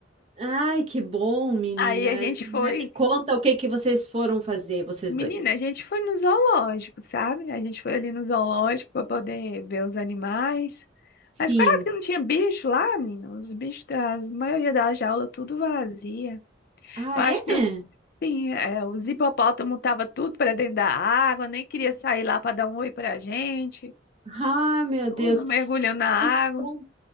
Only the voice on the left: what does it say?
Aí a gente
foi,
menina,
a gente foi no zoológico, sabe? A gente foi ali no zoológico para poder ver os animais. Mas
quase que não tinha bicho lá, menina. Os bichos, das- a maioria da jaula, tudo vazia.
Eu acho
que os, sim, é, os hipopótamos estavam tudo para dentro da água, nem queria sair lá para dar um oi pra gente.
Tudo
mergulhando na água.